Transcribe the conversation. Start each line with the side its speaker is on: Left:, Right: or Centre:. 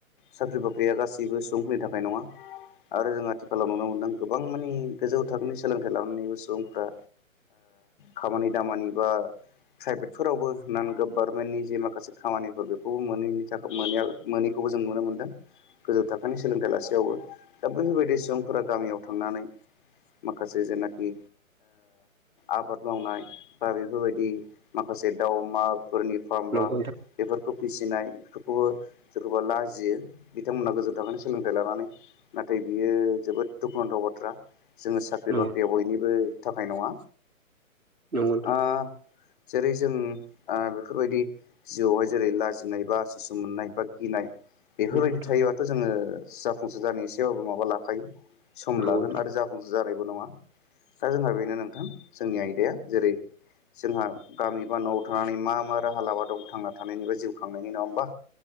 Left: साख्रि बाख्रिया गासैबो सुबुंफोरनि थाखाय नङा आरो जों आथिखालाव नुनो मोनदों गोबां मानि गोजौ थाखोनि सोलोंथाइ लानानै सुबुंफ्रा खामानि दामानि बा प्राइभेटफोरावबो नान गभारनमेन्टनि जे माखासे खामानिफोर बेखौबो मोनैनि मोन मोनैखौबो जों नुनो मोन्दों गोजौ थाखोनि सोलोंथाइ लासेयावबो दा बेैफोरबायदि सुबुंफोरा गामियाव थांनानै मासे जायनाखि आबाद मावनाय बा बेफोरबायदि माखासे दाउ अमाफोरनि फामबा
Right: नोंथां
Left: बेफोरखौ फिसिनाय बेखौबो सोरखौबा लाजियो बिथांमोनहा गोजौनि थाखनो सोलोंथाइ लानानै नाथाय बियो जोबोद दुखुनांथाव बाथ्रा जोङो साख्रि
Right: नंगौ
Left: बाख्रियाव बयनिबो थाखाय नङा।
Right: नोंथां
Left: <inaudible> ओ जेरै जों ओ बेफोरबायदि जिउआवहाय जेरै लाजिनाय बा उसु मोननाय बा गिनाय बेफोरबायदि
Right: नंगौ नोंथां
Left: थायो आ जोङो जाफुंसार जानो इसेबाबो माबा लाखायो सम
Right: नंगौ
Left: लागोन आरो जाफुं जानायबो नङा। दा जोंहा बेनो नोंथां जोंनि आयदाया जेरै जोंहा गामि बा न'आव थानानै मा मा राहा लामा दं थांना थानायनि बा जिउ खांनायनि नङा होमबा।